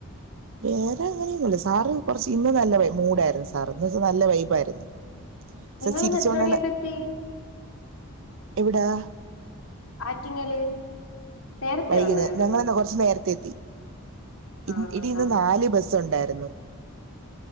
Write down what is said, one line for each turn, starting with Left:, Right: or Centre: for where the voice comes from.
Right: വേറെ അങ്ങനെയൊന്നുല്ല സാറ് കൊറച്ച് ഇന്ന് നല്ല വൈ മൂഡായിരുന്നു സാർ ഇന്ന് എന്ന് വെച്ചാ നല്ല വൈബായിരുന്നു
Left: നിങ്ങളിന്ന്
Right: സർ ചിരിച്ചോണ്ടാണ്
Left: എത്ര മണിയായപ്പോ എത്തി
Right: എവിടാ?
Left: ആറ്റിങ്ങല് നേരത്തെ
Right: വൈകുന്നേ
Left: വന്നായിരുന്ന്
Right: ഞങ്ങളിന്ന് കൊറച്ചു നേരത്തെ എത്തി ഇന്
Left: ആഹ്
Right: എടി
Left: അതാണ്
Right: ഇന്ന് നാല് ബസ്സ് ഒണ്ടായിരുന്നു